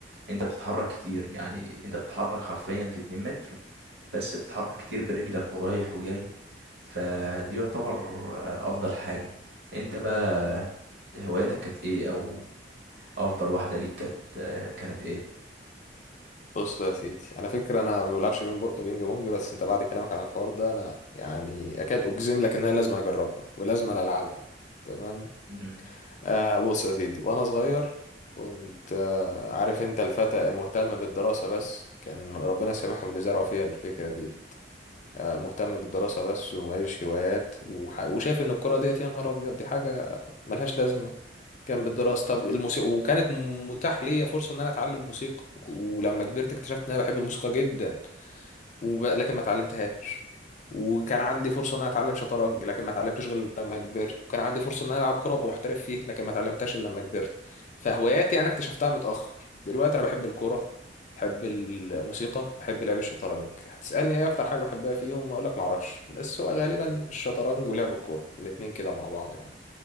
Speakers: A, on the right; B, on the left.
A: انت بتتحرك كتير يعني انت بتتحرك حرفيا في 2 متر بس بتتحرك كتير برجلك ورايح وجاي فدي يعتبر آه، افضل حاجة انت بقى هواياتك كانت ايه او افضل واحدة ليك كانت آه، كانت ايه
B: بص بقى يا سيدي على فكرة انا ما بلعبش بينج بونج بينج بونج، بس انت بعد كلامك عن الحوار ده انا يعني اكاد اجزم لك ان انا لازم اجربها ولازم العبها تمام
A: مم.
B: آه بص يا سيدي وانا صغير كنت آه عارف انت الفتى المهتم بالدراسة بس كان ربنا سامحهم اللي زرعوا فيها الفكرة دي آه مهتم بالدراسة بس وماليش هوايات وح... وشايف ان الكرة ديت يا نهار ابيض دي حاجة ملهاش لازمة كان بالدراسة طب الموسيقى وكانت م- متاح ليا فرصة ان انا اتعلم موسيقى و- ولما كبرت اكتشفت ان انا بحب الموسيقى جدا وب... لكن ما اتعلمتهاش وكان عندي فرصه ان انا اتعلم شطرنج لكن ما اتعلمتش غير لما كبرت وكان عندي فرصه ان انا العب كوره وابقى محترف فيه لكن ما اتعلمتهاش الا لما كبرت فهواياتي انا اكتشفتها متاخر دلوقتي انا بحب الكوره بحب الموسيقى بحب لعب الشطرنج هتسالني ايه اكتر حاجه بحبها فيهم اقول لك ما اعرفش بس هو غالبا الشطرنج ولعب الكوره الاتنين كده مع بعض يعني